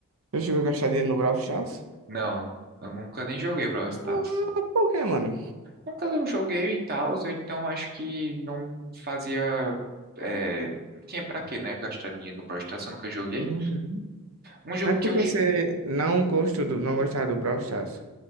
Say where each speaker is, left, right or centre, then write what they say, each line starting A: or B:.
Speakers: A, on the right (about 65°); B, on the right (about 45°).
A: já chegou a gastar dinheiro no Brawl Stars?
B: Não, eu nunca nem joguei Brawl Stars.
A: Ah, Por quê, mano?
B: Nunca eu joguei e tal, então acho que não fazia. é, não tinha pra quê, né? Gastar dinheiro no Brawl Stars, eu nunca joguei.
A: Uhum.
B: Um jogo
A: Mas
B: que
A: por
B: eu.
A: que
B: j-
A: você não gostou do, não gostava do Brawl Stars?